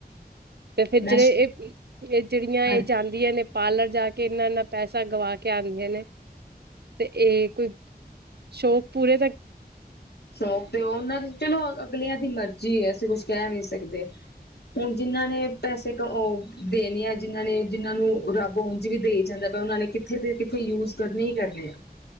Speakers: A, on the right; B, on the left.
A: ਤੇ ਫੇਿਰ
B: ਮੈਂ
A: ਜਿਹੜੇ ਇਹ ਇਹ ਜਿਹੜੀਆਂ ਇਹ
B: ਹਾਂ
A: ਜਾਂਦੀਆਂ ਨੇ ਪਾਲਰ ਜਾ ਕੇ ਇੰਨਾ ਇਨਾ ਪੈਸਾ ਗਵਾ ਕੇ ਆਉਂਦੀਆਂ ਨੇ ਤੇ ਇਹ ਕੋਈ ਸ਼ੌਕ ਪੂਰੇ ਤੱਕ
B: ਸ਼ੌਂਕ ਤੇ ਉਹ ਉਹਨਾਂ ਚਲੋ ਅਗਲਿਆਂ ਦੀ ਮਰਜੀ ਹੈ ਅਸੀਂ ਕੁਛ ਕਹਿ ਨਹੀਂ ਸਕਦੇ ਹੁਣ ਜਿਹਨਾਂ ਨੇ ਪੈਸੇ ਦੇਣੇ ਆ ਜਿਹਨਾਂ ਨੇ ਜਿਹਨਾਂ ਨੂੰ ਰੱਬ ਉਂਝ ਵੀ ਦੇਈ ਜਾਂਦਾ ਉਹਨਾਂ ਨੇ ਕਿੱਥੇ ਤੇ ਕਿੱਥੇ ਯੂਜ ਕਰਨ ਕਰਨੇ ਆ